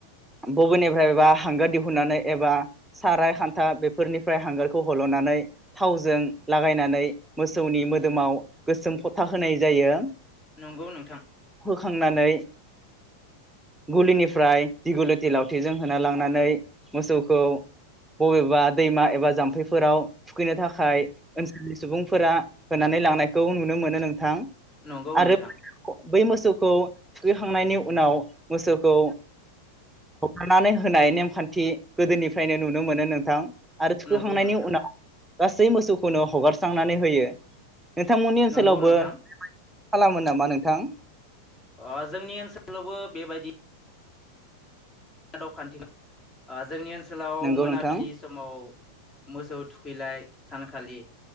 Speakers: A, in the centre; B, on the left.
A: बबेनिफ्रायबा हांगार दिहुननानै एबा साराइ, खान्था बेफोरनिफ्राय हांगारखौ हलनानै थावजों लागायनानै मोसोनि मोदोमाव गोसोम फथा होनाय जायो
B: नंगौ नोंथां
A: खांनानै गलिनिफ्राय दिगलिथि लावथिजों होना लांनानै मोसौखौ बबेबा दैमा एबा जामफैफोराव थुखैनो थाखाय ओनसोलनि सुबुंफोरा होनानै लांनायखौ नुनो मोनो नोंथां
B: नंगौ
A: आरो
B: नोंथां
A: बै मोसौखौ थुखैखांनायनि उनाव मोसौखौ हगारनानै होनाय नेमखान्थि गोदोनिफ्रायनो नुनो मोनो नोंथां आरो थुखैखांनायनि
B: नंगौ नोंथां
A: उनाव गासै मोसौखौनो हगारस्रांनानै होयो नोंथांमोननि ओन्सोलावबो
B: नंगौ नोंथां
A: खालामो नामा नोंथां
B: ओह जोंनि ओनसोलावबो बेबादि आदब खान्थिख ओ जोंनि ओन सोलाव
A: नंगौ
B: मोनाबिलि
A: नोंथां
B: समाव मोखौ थुखैलाय सानखालि